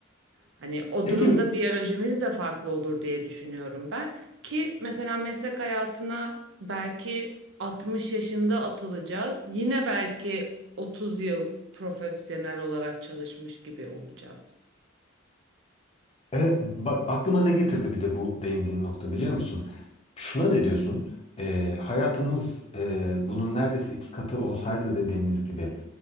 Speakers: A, on the right; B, on the left.
A: Hani o
B: Peki
A: durumda biyolojimiz de farklı olur diye düşünüyorum ben. Ki mesela meslek hayatına belki 60 yaşında atılacağız. Yine belki 30 yıl profesyonel olarak çalışmış gibi olacağız.
B: e, bak aklıma ne getirdi bir de bu değindiğin nokta biliyor musun? Şuna ne diyorsun? E, hayatımız e, bunun neredeyse iki katı olsaydı dediğimiz gibi